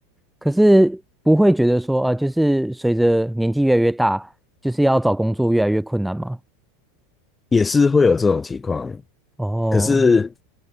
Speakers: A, in the centre; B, on the left.
A: 可是不会觉得说啊，就是随着年纪越来越大，就是要找工作越来越困难吗？
B: 也是会有这种情况，
A: 哦，
B: 可是。